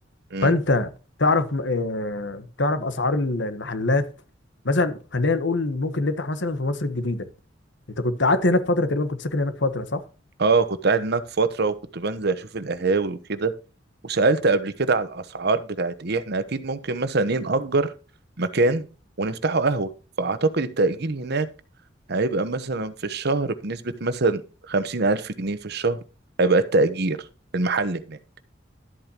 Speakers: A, on the right (about 60°); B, on the left (about 65°).
A: مم.
B: فانت تعرف م- اه تعرف اسعار ال- المحلات مثلا خلينا نقول ممكن نفتح مثلا في مصر الجديده انت كنت قعدت هناك فتره تقريبا كنت ساكن هناك فتره صح
A: اه كنت قاعد هناك فترة وكنت بنزل اشوف القهاوي وكده وسألت قبل كده على الاسعار بتاعت ايه احنا اكيد ممكن مثلا ايه نأجر مكان ونفتحه قهوة فاعتقد التأجير هناك هيبقى مثلا في الشهر بنسبة مثلا خمسين الف جنيه في الشهر هيبقى التأجير المحل هناك